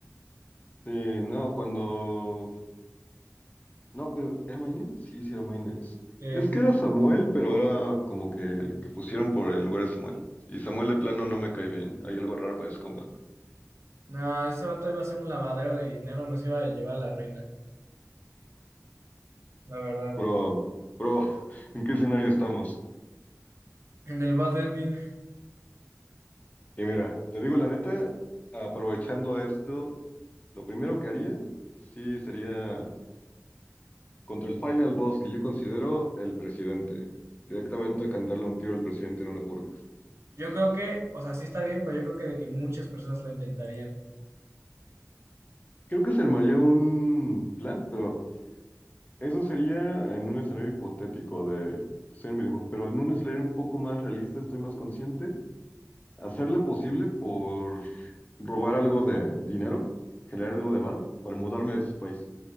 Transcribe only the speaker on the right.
que
nada, ese vato iba a ser un lavadero de dinero, nos iba a llevar a la reina, la verdad.
En el bad ending,
yo creo que, o sea, sí está bien, pero yo creo que de que muchas personas lo intentarían.